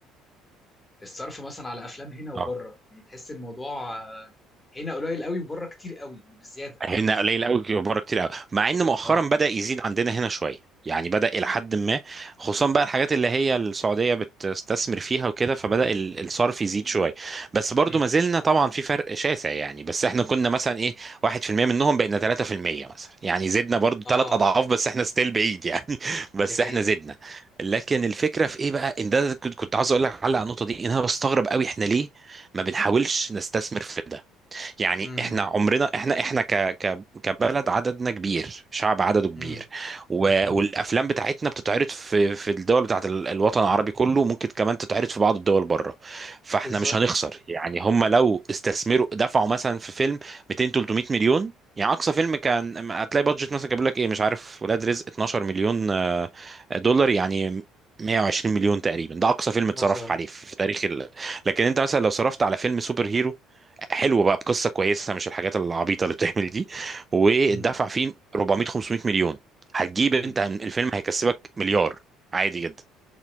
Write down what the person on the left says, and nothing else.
الصرف مثلا على افلام هنا وبره
يعني تحس الموضوع آه، هنا قليل قوي وبره كتير قوي يعني بالزياده
اه
امم
اه
دي حقيقة
امم
امم
امم
بالظبط
مثلا
امم
امم